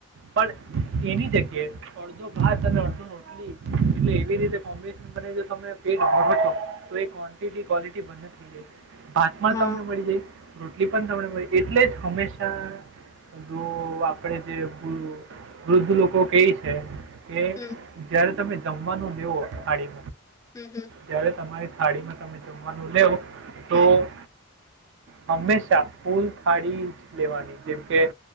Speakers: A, on the right; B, on the left.
A: પણ એની જગ્યાએ અડધો ભાત અને અડધો રોટલી, એટલે એવી રીતે કોમ્બિનેશન બને. તમે પેટ ભરો છો, તો એ કોન્ટીટી ક્વોલટી બને થઈ જાય છે. ભાત પણ
B: હા
A: તમને મળી જાય. રોટલી પણ તમે એટલે જ હંમેશા, જો આપણે જે વૃદ્ધ લોકો કહી છે. કે
B: હમ
A: જયારે તમે જમવાનું લેવો થાડી.
B: હમ હમ
A: જ્યારે તમારે થાળીમાં તમે જમવાનું લેવ. તો
B: હમ
A: હંમેશા. ફૂલ થાળી જ લેવાની, જેમકે